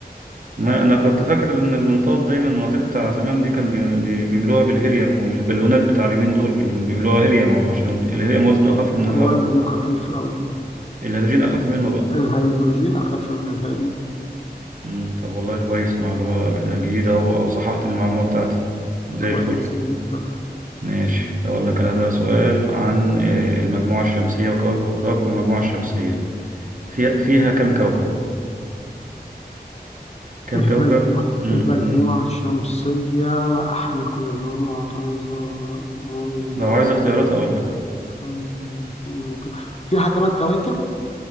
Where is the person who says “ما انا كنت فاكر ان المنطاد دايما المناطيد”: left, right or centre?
Right